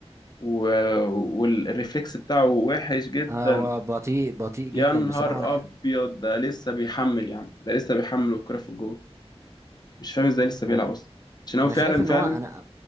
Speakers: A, on the left; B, on the right.
A: و... والريفلكس بتاعه وحش جدا
B: هو بطيء بطيء
A: يا
B: جدا
A: نهار
B: بصراحه وانا ح-
A: ابيض ده لسه بيحمل يا عم ده لسه بيحمل والكرة في الجول مش فاهم ازاي لسه بيلعب
B: انا
A: اصلا عشان هو
B: انا
A: فعلا
B: شايف ان
A: فعلا
B: هو انا